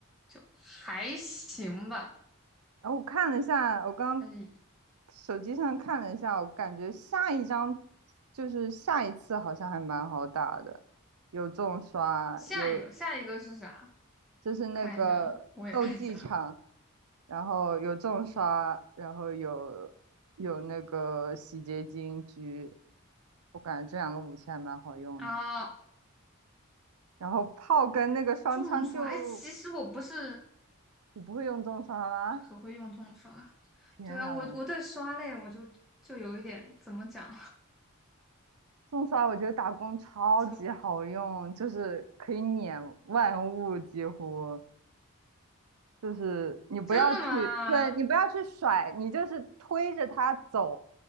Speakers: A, in the centre; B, on the right.
A: 就还行吧。
B: 然后我看了一下，我刚
A: 但是
B: 手机上看了一下，我感觉下一张就是下一次好像还蛮好打的，有重刷，
A: 下一个，
B: 有
A: 下一个是啥？
B: 就是那个斗技场，
A: 看一下呢，我也看一下
B: 然后有重刷，然后有有那个洗洁精狙，我感觉这两个武器还蛮好用的。
A: 啊。
B: 然后炮跟那个双枪就
A: 重刷，哎，其实我不是
B: 你不会用重刷吗？
A: 不是很会用重刷。
B: 天呐，
A: 对啊，我我对刷类我就就有一点怎么讲，
B: 重刷我觉得打工超级好用，
A: <laughs> 就
B: 就是可以碾万物几乎。就是你不要去，
A: 真的吗？
B: 对，你不要去甩，你就是推着它走，